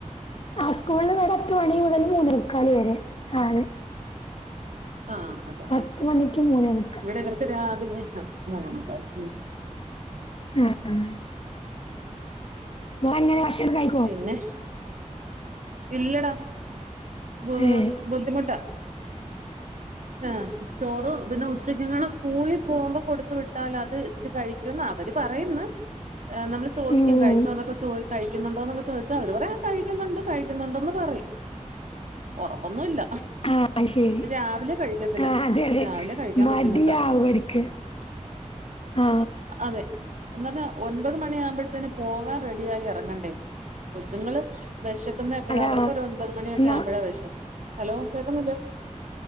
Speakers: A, on the left; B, on the right.
A: ആ സ്കൂളിൽ ഇവിടെ എട്ട്മണി മുതൽ മൂന്ന് മുക്കാല് വരെ ആതെ
B: ആഹ് അത്
A: പത്ത്
B: ആ ശരി
A: മണിക്ക് മൂന്നേ മുക്കാൽ
B: ഇവിടെ ടെ രാവിലെ അ മൂന്നേമുക്കാല്
A: ആ ആഹ് അത് ശരി മോൻ എങ്ങനെ ഭക്ഷണം കഴി
B: പിന്നെ ഇല്ലെടാ ബ്
A: ഏഹ്
B: ബുദ്ധിമുട്ടാ ആഹ് ചോറ് പിന്നെ ഉച്ചക്കങ്ങാള സ്കൂളിൽ പോവുമ്പ കൊടുത്തു വിട്ടാല് അത് ഇത് കഴിക്കുംന്ന് അവര് പറയുന്നു നമ്മള് ചോദിക്ക
A: ഉം
B: കഴിച്ചോ എന്നൊക്കെ ചോ ദിച്ചകഴിക്കുന്നുണ്ടോ എന്നൊക്കെ ചോദിച്ചാ അവർ പറയ കഴിക്കുന്നുണ്ട് കഴിക്കുന്നുണ്ടന്ന് പറയും ഒറപ്പൊന്നുല്ല
A: ആഹ് ശരി
B: രാവിലെ കഴിക്കത്തില്ല
A: ആ അതെ അതെ
B: രാവിലെ കഴിക്കാൻ
A: മടിയാവും
B: ബുദ്ധിമുട്ടാ.
A: അവർക്ക് ആ
B: അതെ. എന്നിട്ട് ഒൻപത് മണിയ ആകുമ്പോഴത്തേന് പോകാൻ റെഡിയായി റങ്ങണ്ടേ കൊച്ചുങ്ങള് വെഷക്കുന്നെ എപ്പോഴാ
A: അതാ
B: അവർക്കൊ ഒരു ഒൻമ്പത് മണിയക്കെ
A: എന്നാ
B: ആവുമ്പഴാ വെശം ഹലോ കേക്ക്ന്നില്ല